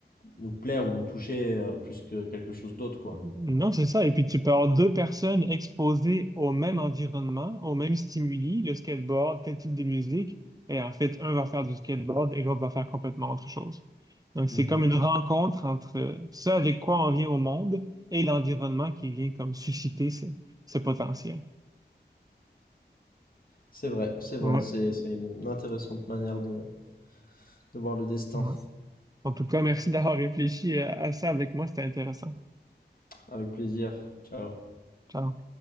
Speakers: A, on the left (about 55°); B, on the right (about 20°).
A: nous plaire ou nous toucher euh, plus que quelque chose d'autre, quoi.
B: Non, c'est ça. Et puis tu peux avoir deux personnes exposées au même environnement, au même stimuli, le skateboard, tel type de musique, et en fait, un va faire du skateboard et l'autre va faire complètement autre chose. Donc c'est
A: Mhm.
B: comme une rencontre entre euh, ce avec quoi on vient au monde et l'environnement qui vient comme susciter ce, ce potentiel.
A: C'est vrai, c'est vrai,
B: Ouais,
A: c'est, c'est une intéressante manière de, de voir le destin.
B: ouais. En tout cas, merci d'avoir réfléchi à à ça avec moi, c'était intéressant.
A: Avec plaisir. Ciao.
B: Ciao.